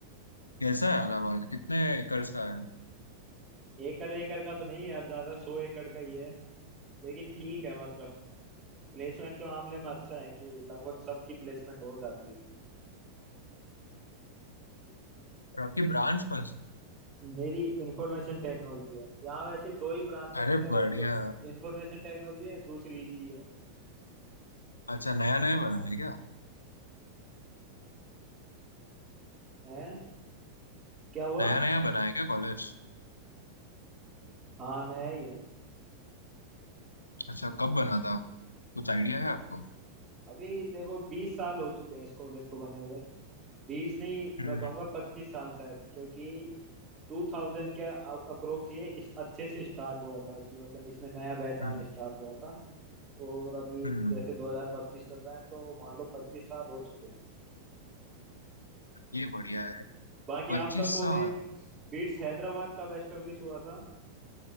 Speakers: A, on the left; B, on the right.
A: कैसा है इलाहाबाद कितने एकर्स का है
B: एकड़ एकड़ का तो नहीं है यार ज्यादा सौ एकड़ का ही है लेकिन ठीक है मतलब प्लेसमेंट के मामले में अच्छा है कि लगभग सबकी प्लेसमेंट हो जाती है
A: और आपकी ब्रांच कौन सी
B: मेरी इंफॉर्मेशन टेक्नोलॉजी है यहाँ वैसे दो ही ब्रांच है
A: अरे
B: मेरी इधर
A: बढ़िया
B: एक तो इंफॉर्मेशन टेक्नोलॉजी है दूसरी इसी है
A: अच्छा नया नया बना है क्या
B: है क्या हुआ
A: नया नया बना है क्या कॉलेज
B: हाँ नया ही है
A: अच्छा कब बना था कुछ आइडिया है आपको
B: अभी देखो बीस साल हो चुके हैं इस कॉलेज को बने हुए बीस नहीं
A: हम्म
B: मैं कहूँगा पच्चीस साल शायद क्योंकि टू थाउजेंड के अप्रोक्स ये इस अच्छे से स्टार्ट हुआ था कि मतलब इसमें नया बैच आना
A: हम्म
B: स्टार्ट हुआ था और अभी
A: हम्म हम्म,
B: जैसे 2025 चल रहा है तो मान लो पच्चीस साल हो चुके हैं
A: ये बढ़िया है
B: बाकी
A: पच्चीस
B: आपका कॉलेज
A: साल
B: बीट्स हैदराबाद कब एस्टेब्लिश हुआ था